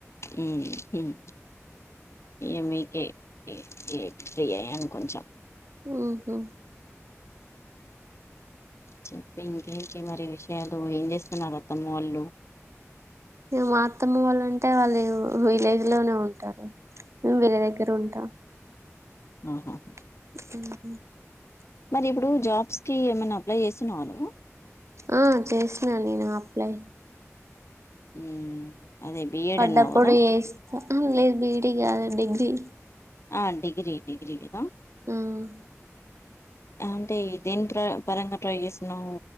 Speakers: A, on the left; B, on the right.
A: హమ్ హమ్ ఏమీకె ఏ ఫ్రీ అయ్యాను కొంచెం
B: హమ్ హా
A: చెప్ప ఇంకేంటి మరి విషయాలు ఏం చేస్తున్నారు అత్తము వాళ్ళు
B: మా అత్తమ్మ వాళ్ళంటే వాళ్ళు విలేజ్ లోనే ఉంటారు మేం వీళ్ళ దగ్గర ఉంటాం
A: ఆ హా
B: అ
A: మరి ఇప్పుడు జాబ్స్ కి ఏమైనా అప్లై చేస్తున్నావా నువ్వు
B: ఆ చేసినా నేను అప్లై
A: ఉమ్ అదే బిఎడ్
B: పడ్డప్పుడు
A: అన్నావు కదా
B: వస్తా లేదు బీయిడీ కాదు డిగ్రీ
A: ఆ డిగ్రీ డిగ్రీ కదా
B: ఆమ్
A: అంటే దేని పరంగా ట్రై చేస్తున్నావు